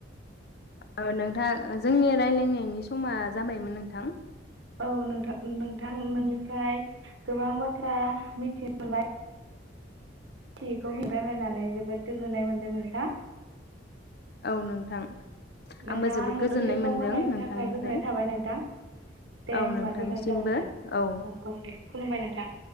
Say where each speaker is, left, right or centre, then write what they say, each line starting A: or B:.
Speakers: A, on the left; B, on the right.
A: ओ नोंथां जोंनि राय्लायनायनि समा जाबायमोन नोंथां
B: औ नोंथां नोंथां नोनिफ्राय गोबां बाथ्रा मिथिनो मोनबाय थिखौ मगालायनानै जोबोद गोजोननाय मोन्दों नोंथां
A: औ नोंथां
B: नोंथाङा
A: आंबो जोबोद
B: आङो
A: गोजोननाय
B: दसे सम
A: मोनदों
B: होनायनि
A: नोंथांनिफ्राय
B: थाखाय गोजोननाय थाबाय नोंथां दे
A: औ
B: हबा
A: नोंथांसिमबो
B: गोजोननाय थाबाय नोंथां
A: औ
B: औ दे खुलुमबाय नोंथां